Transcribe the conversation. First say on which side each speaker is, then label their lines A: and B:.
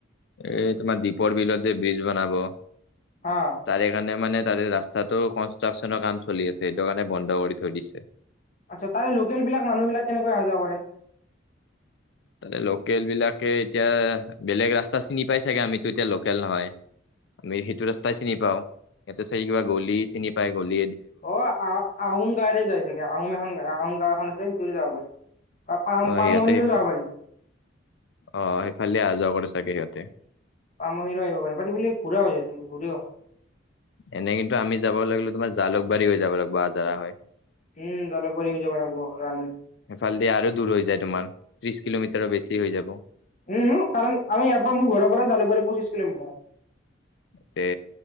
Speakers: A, on the left; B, on the left.
A: এ তোমাৰ দ্বীপৰ বিলত যে ব্ৰীজ বনাব
B: হা
A: তাৰে কাৰণে মানে তাৰে ৰাস্তাটো কনষ্ট্ৰাকশনৰ কাম চলি আছে সেইটো কাৰণে বন্ধ কৰি থৈ দিছে।
B: আচ্ছা তাৰে লোকেল বিলাক মানুহ বিলাক কেনেকৈ অহা যোৱা কৰে। <inaudible>
A: ত লোকেল বিলাকে এতিয়া বেলেগ ৰাস্তা চিনি পাই চাগে আমিতো এতিয়া লোকেল নহয় আমি সেইটো ৰাস্তাই চিনি পাওঁ ইহতে চ কিবা গলি চিনি পাই গলি
B: অ আহ আহোম গাঁৱৰে যাই চাগে আহোম এখন আহোম গাঁও এখন আছে সিটোৰে যাব বুলি। ত পাম
A: অ
B: পামহি
A: সিহঁতে সেই
B: যাব পাৰি।
A: অ সেইফালে আ যোৱা কৰি চাগে সিহঁতে।
B: পাম হিৰা আহিব পাৰে পাট ম পুৰা য ভুৰে <unintelligible>
A: এনে কিন্তু আমি যাব লাগিলো তোমাৰ জালুকবাৰী হৈ যাব লাগিব আজাৰা হয়।
B: উম জালুকবাৰী হৈ যাব লাগিব ৰাণী
A: এফালদি আৰু দূৰ হৈ যায় তোমাৰ। ত্ৰিশ কিলোমিটাৰৰ বেছি হৈ যাব।
B: উম কাৰণ আমি ইয়াৰ পৰা মোৰ ঘৰৰ পৰা জালুকবাৰী পঁচিশ কিলোমিটাৰ হয়।
A: তে